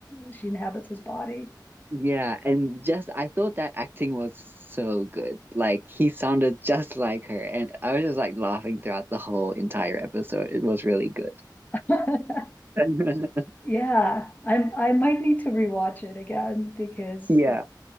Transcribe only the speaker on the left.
she inhabits his body.
<laughs>
Yeah, I'm I might need to rewatch it again because
it,